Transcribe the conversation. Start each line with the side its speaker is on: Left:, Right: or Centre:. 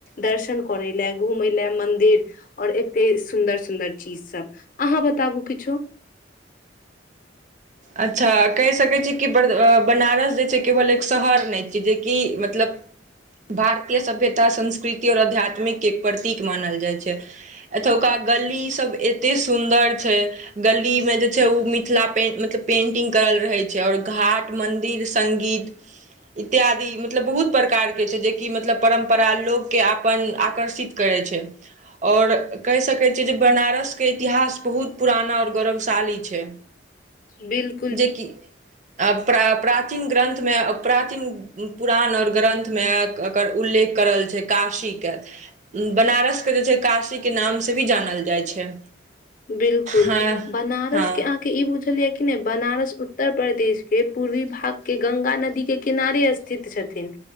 Left: दर्शन करे लए घूमे लए मंदिर और एते सुन्दर-सुन्दर चीज सब अहाँ बताबू किछो
Right: अच्छा कहि सके छि की बरद बनारस जे छै केवल एक शहर नइ छै जेकि मतलब भारतीय सभ्यता, संस्कृति, और आध्यात्मिक के प्रतीक मानल जाइ छै। एतुका गल्ली सब एतेक सुन्दर छै। गलीमे जे छै उ मिथिला पेंट मत पेंटिंग करल रहेय छै और घाट, मंदिर, संगीत इत्यादि। मतलब बहुत प्रकार के छै जेकि मतलब परम्परा लोकके अपन आकर्षित करैय छै। और कहि सकैय छियै जे बनारसके इतिहास बहुत पुराना और गौरवशाली छै।
Left: बिल्क
Right: जेकि प्रा प्राचीन ग्रन्थमे प्राचीन पुराण और ग्रन्थमे कर उल्लेख करल छै काशीके। बनारसके जे छै काशीके नामसे भी जानल जाइ छै।
Left: बिल्कुल
Right: हँ
Left: बनारस
Right: हँ
Left: के आके ई बुझल या कि नहि बनारस उत्तर प्रदेश के पूर्वी भाग के गंगा नदी के किनारे स्थित छथिन।